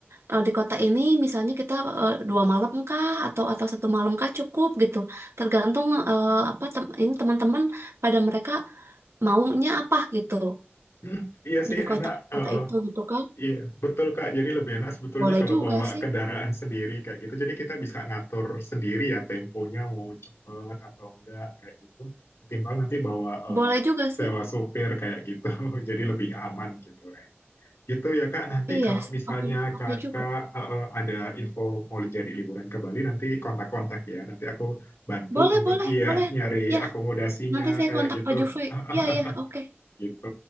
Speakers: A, on the right (about 80°); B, on the left (about 75°).
A: eh, di kota ini misalnya kita eh, dua malam kah atau atau satu malam kah cukup gitu. Tergantung eh, apa tem- ini teman-teman pada mereka maunya apa gitu
B: hmm, iya sih
A: di kota-kota
B: enak Eh, eh.
A: itu gitu kan.
B: Iya, betul Kak. Jadi lebih enak sebetulnya
A: Boleh
B: kalau
A: juga
B: bawa
A: sih.
B: kendaraan sendiri kayak gitu. Jadi kita bisa ngatur sendiri ya temponya mau cepet atau enggak kayak gitu. Ketimbang nanti bawa eh,
A: Boleh juga
B: sewa
A: sih.
B: sopir kayak gitu. <laughs> Jadi lebih aman gitu, enak. Gitu ya Kak. Nanti
A: Iya,
B: kalau
A: sih.
B: misalnya
A: oke, oke
B: Kakak
A: juga.
B: eh, eh, ada info mau jadi liburan ke Bali nanti kontak-kontak ya. Nanti aku bantu
A: Boleh,
B: untuk
A: boleh,
B: iya
A: boleh.
B: nyari
A: Ya,
B: akomodasinya
A: nanti saya
B: kayak
A: kontak
B: gitu.
A: Pak Jufri.
B: <laughs>
A: Iya, iya, oke.
B: Gitu.